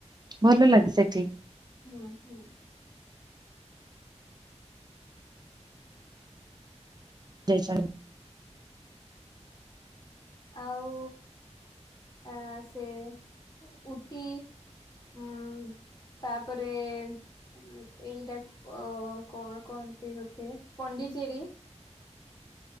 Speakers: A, on the right; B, on the left.
A: ଭଲ ଲାଗେ ସେଠି।
B: ହୁଁ ହୁଁ
A: ଯାଇଛନ୍ତି।
B: ଆଉ ଆଁ ସେ ଉଟି ହଁ ତାପରେ ଏଇଟା କୁ କଁ କଣ କହନ୍ତି ଗୋଟେ ପଣ୍ଡିଚେରୀ